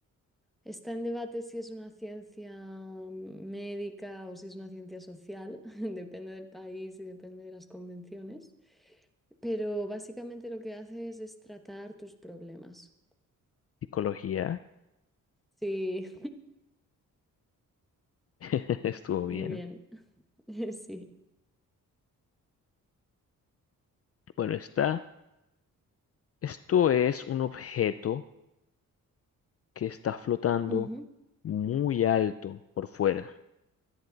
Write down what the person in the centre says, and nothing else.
Está en debate si es una ciencia médica o si es una ciencia social, <laughs> depende del país y depende de las convenciones, pero básicamente lo que haces es tratar tus problemas.
Sí,
<laughs>
muy bien. <laughs> Sí.
Ujú.